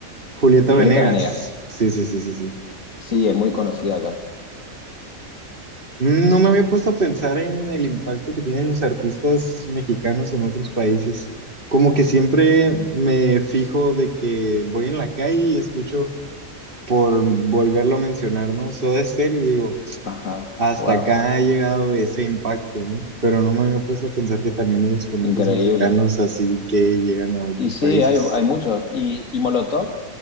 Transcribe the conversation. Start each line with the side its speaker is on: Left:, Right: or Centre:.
Right: Julieta
Left: Julieta
Right: Venegas.
Left: Venegas.
Right: Sí, sí, sí, sí, sí.
Left: Sí, es muy conocida acá.
Right: Mm, No me había puesto a pensar en el impacto que tienen los artistas mexicanos en otros países. Como que siempre me fijo de que voy en la calle y escucho, por volverlo a mencionar, ¿no? Soda Stereo y digo,
Left: Ajá,
Right: Hasta
Left: wow,
Right: acá ha llegado ese impacto, ¿no? Pero no me había puesto a pensar que también hay exponentes
Left: increíble.
Right: mexicanos así que llegan a otros
Left: Y sí,
Right: países.
Left: hay, hay muchos. ¿Y, y Molotov?